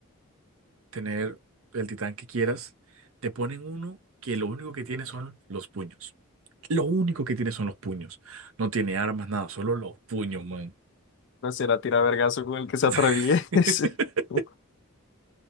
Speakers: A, on the right (about 65°); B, on the left (about 55°).
A: tener el titán que quieras, te ponen uno que lo único que tiene son los puños. Lo único que tiene son los puños. No tiene armas, nada, solo los puños, man.
B: No será tirar vergazo con el que se
A: <laughs>
B: atraviese. <laughs>